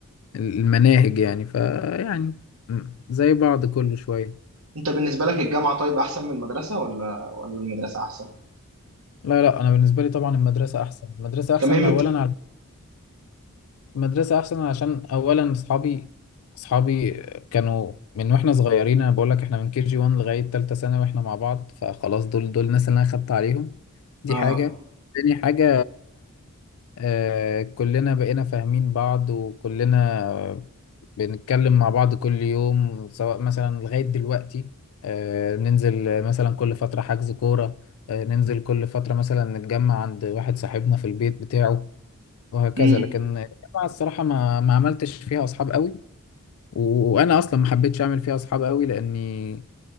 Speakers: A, on the left (about 70°); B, on the right (about 70°).
A: المناهج يعني فيعني م، زي بعض كله شوية
B: انت بالنسبة لك الجامعة طيب أحسن من المدرسة ولا ولا المدرسة أحسن؟
A: لا لا انا بالنسبة لي طبعا المدرسة احسن المدرسة احسن
B: كمان
A: اولا على مدرسة أحسن عشان أولا أصحابي أصحابي كانوا من وإحنا صغيرين أنا بقول لك إحنا من كي جي 1 لغاية تالتة ثانوي وإحنا مع بعض فخلاص دول دول الناس اللي أنا خدت عليهم دي
B: اه
A: حاجة تاني حاجة آه كلنا بقينا فاهمين بعض وكلنا بنتكلم مع بعض كل يوم سواء مثلا لغاية دلوقتي آه ننزل مثلا كل فترة حجز كورة آه ننزل كل فترة مثلا نتجمع عند واحد صاحبنا في البيت بتاعه وهكذا
B: امم
A: لكن الجامعة الصراحة ما ما عملتش فيها أصحاب قوي وأنا أصلا ما حبيتش أعمل فيها أصحاب قوي لأني